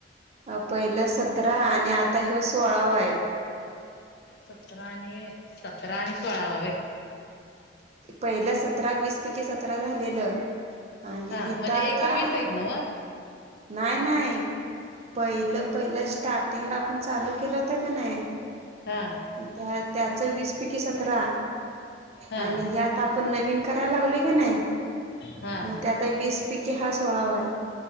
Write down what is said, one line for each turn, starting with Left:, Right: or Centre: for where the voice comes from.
Right: अ पहिलं सतरा आणि आता ह सोळाव वय
Left: सतरा आणि सतरा आणि सोळा वावे
Right: पहिलं सतरा वीस पैकी सतरा झालेलं आणि
Left: हा
Right: हिथ
Left: म्हणजे
Right: आता
Left: एकूण वीस आहेत नव
Right: नाही नाय नाय पहिलं पहिलं स्टार्टिंगला आपण चालू केलं होत का नाही
Left: हा
Right: त्या त्याच वीस पैकी सतरा
Left: हा
Right: आणि हे आता आपण नवीन करायला लागलोय की ना
Left: हा
Right: मग त्याता वीस पैकी हा सोळावा आहे